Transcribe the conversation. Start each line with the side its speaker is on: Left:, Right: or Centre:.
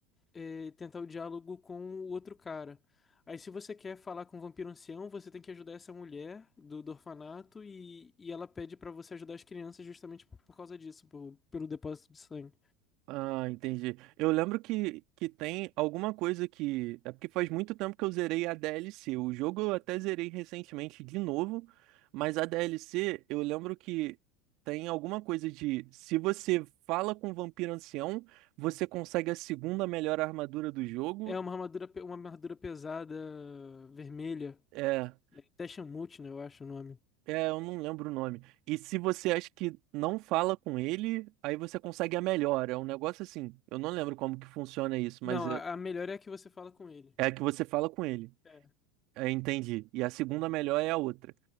Left: é, tentar o diálogo com o outro cara. Aí, se você quer falar com o vampiro ancião, você tem que ajudar essa mulher do, do orfanato e, e ela pede pra você ajudar as crianças justamente por, por causa disso, por- pelo depósito de sangue.
Right: Ah, entendi. Eu lembro que, que tem alguma coisa que. É porque faz muito tempo que eu zerei a DLC. O jogo eu até zerei recentemente de novo, mas a DLC eu lembro que tem alguma coisa de. Se você fala com o vampiro ancião, você consegue a segunda melhor armadura do jogo.
Left: É uma armadura, pe- uma armadura pesada, vermelha.
Right: É,
Left: É Teshamut, né? Eu acho o nome.
Right: É, eu não lembro o nome. E se você acha que não fala com ele, aí você consegue a melhor. É um negócio assim. Eu não lembro como que funciona isso, mas
Left: Não,
Right: é
Left: a, a melhor é a que você fala com ele.
Right: é a que você fala com ele.
Left: É,
Right: É, entendi. E a segunda melhor é a outra.